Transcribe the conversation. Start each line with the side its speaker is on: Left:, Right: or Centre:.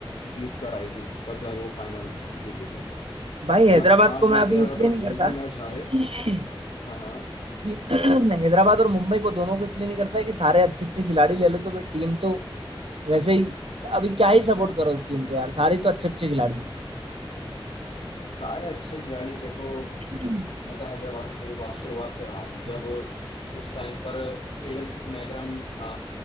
Left: जीत कर आई थी तब जाके वो फाइनल जीती थी
Right: भाई हैदराबाद
Left: मतलब पांच
Right: को मैं
Left: में
Right: अभी
Left: से अगर
Right: इसलिए
Left: तुम
Right: नहीं करता
Left: एक भी मैच हारे
Right: कि
Left: हाँ हाँ
Right: <clears throat> हैदराबाद और मुंबई को दोनों को इसलिए नहीं करता कि सारे अच्छे अच्छे खिलाड़ी ले लो तो भाई टीम तो वैसे ही अभी क्या ही
Left: अच्छा
Right: सपोर्ट करो उस टीम को यार सारे तो अच्छे अच्छे खिलाड़ी
Left: सारे अच्छे खिलाड़ी देखो
Right: हैं।
Left: मतलब हैदराबाद का शुरुआत शुरुआत से रहा हूँ
Right: <clears throat>
Left: जब उस टाइम पर एडन मैकरम था